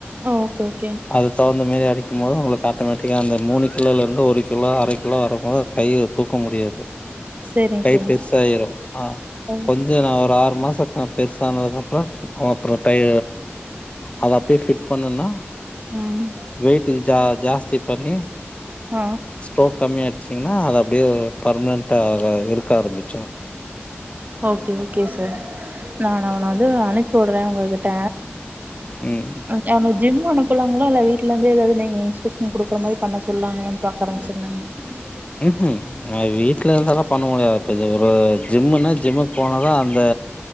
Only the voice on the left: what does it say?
அது தகுந்த மாரி அடிக்கும் போது உங்களுக் ஆட்டோமேட்டிக்கா அந்த மூணு கிலோலிர்ந்து ஒரு கிலோ அர கிலோ வரும்போது கையி தூக்க முடியாது
கை
பெர்சாய்ரு ஆ
கொஞ்ச நா ஒரு ஆறு மாசோ ந பெர்சானதுக்கப்பறோ அப்றோ டயி அது அப்டியே ஃபிட் பண்ணுனா
வெய்ட்டு ஜா ஜாஸ்தி பண்ணி
ஸ்ட்ரோக் கம்மியாய்டுச்சிங்ன்னா அது அப்டியே பர்ம்னன்ட்டா ஆகாத் இருக்க ஆரம்பிச்சுரு
ம்
ம் ம் அது வீட்ல இருந்தெல்லா பண்ண முடியாது ப்ப இது ஒரு ஜிம்முன்னா ஜிம்முக் போனா தா அந் த